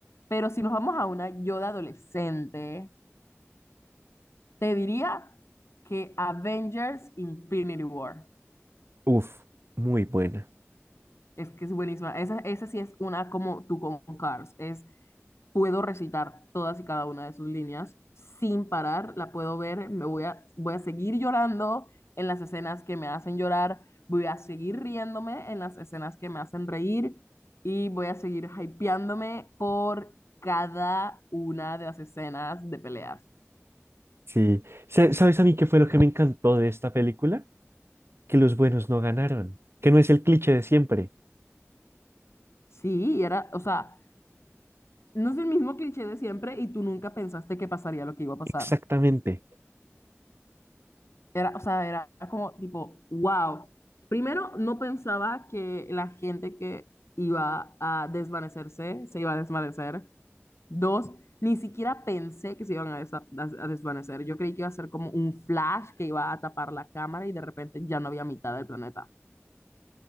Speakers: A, on the left (about 70°); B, on the right (about 60°).
A: Pero si nos vamos a una yo de adolescente, te diría que Avengers Infinity War.
B: Uf, muy buena.
A: Es que es buenísima. Esa, esa sí es una como tú con Cars. Es, puedo recitar todas y cada una de sus líneas sin parar, la puedo ver, me voy a, voy a seguir llorando en las escenas que me hacen llorar, voy a seguir riéndome en las escenas que me hacen reír y voy a seguir hypeándome por cada una de las escenas de peleas.
B: Sí. Sa- ¿Sabes a mí qué fue lo que me encantó de esta película? Que los buenos no ganaron, que no es el cliché de siempre.
A: Sí, y era, o sea, no es el mismo cliché de siempre y tú nunca pensaste que pasaría lo que iba a pasar.
B: Exactamente.
A: Era, o sea, era como tipo, wow. Primero, no pensaba que la gente que iba a desvanecerse se iba a desvanecer. Dos, ni siquiera pensé que se iban a, desa- a- a desvanecer. Yo creí que iba a ser como un flash que iba a tapar la cámara y de repente ya no había mitad del planeta.